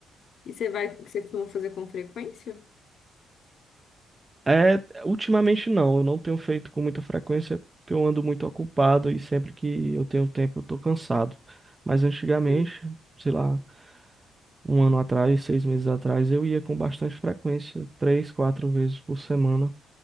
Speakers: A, on the left (about 65°); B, on the right (about 25°).
A: E você vai, você costuma fazer com frequência?
B: É, ultimamente não, eu não tenho feito com muita frequência porque eu ando muito ocupado e sempre que eu tenho tempo eu tô cansado. Mas antigamente,
A: Eu-
B: sei lá, um ano atrás, seis meses atrás, eu ia com bastante frequência, três, quatro vezes por semana.